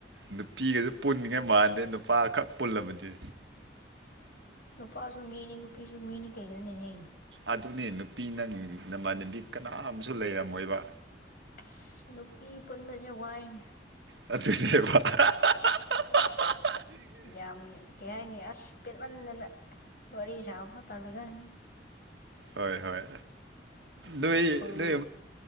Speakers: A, on the right; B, on the left.
A: ꯅꯨꯄꯤꯒ ꯄꯨꯟꯉꯩ ꯃꯥꯟꯗꯦ ꯅꯨꯄꯥꯈꯛ ꯄꯨꯜꯂꯕꯗꯤ
B: ꯅꯨꯄꯥꯁꯨ ꯃꯤꯅꯤ ꯅꯨꯄꯤꯁꯨ ꯃꯤꯅꯤ ꯀꯩꯩꯅꯣꯅꯦ ꯍꯦ
A: ꯑꯗꯨꯅꯦ ꯅꯨꯄꯤ ꯅꯪ ꯅꯃꯥꯟꯅꯕꯤ ꯀꯅꯥꯝꯁꯨ ꯂꯩꯔꯝꯃꯣꯏꯕ
B: ꯑꯁ ꯅꯨꯄꯤ ꯄꯨꯟꯕꯖꯦ ꯋꯥꯏꯅꯦ
A: ꯑꯗꯨꯅꯦꯕ <unintelligible>
B: <inaudible> ꯌꯥꯝ ꯀꯩ ꯍꯥꯏꯅꯤ ꯑꯁ ꯄꯦꯠꯃꯟꯗꯅ ꯋꯥꯔꯤ ꯁꯥꯕꯐꯧ ꯇꯟꯂꯥꯀꯟꯁꯤꯗ <inaudible>
A: ꯍꯣꯏ ꯍꯣꯏ ꯅꯣꯏ
B: ꯈꯣꯏ
A: ꯅꯣꯏ